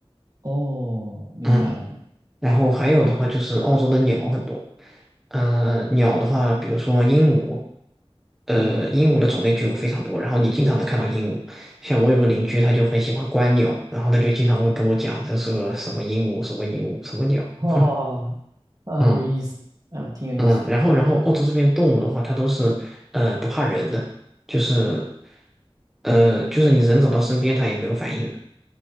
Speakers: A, on the right; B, in the centre.
A: 哦，明白了，
B: 嗯然后还有的话就是澳洲的鸟很多，呃，鸟的话，比如说鹦鹉，呃，
A: 嗯，
B: 鹦鹉的种类就非常多，然后你经常能看到鹦鹉。像我有个邻居，他就很喜欢观鸟，然后他就经常会跟我讲这是个什么鹦鹉，什么鹦鹉，什么鸟。
A: <laughs> 哦，
B: <laughs>
A: 啊，
B: 嗯
A: 有意思，啊，挺有意思。
B: 嗯，然后然后澳洲这边动物的话，它都是呃不怕人的，就是呃就是你人走到身边它也没有反应。